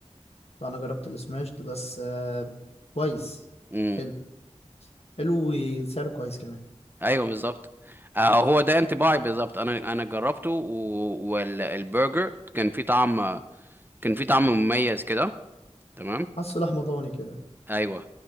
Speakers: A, on the left; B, on the right.
A: لا انا جربت السماشد بس آه كويس
B: امم
A: حلو حلو وسعره كويس كمان
B: ايوه بالظبط آه هو ده انطباعي بالظبط انا انا جربته و- والبرجر كان فيه طعم كان فيه طعم مميز كده تمام
A: حاسه لحمة ضاني كده
B: ايوه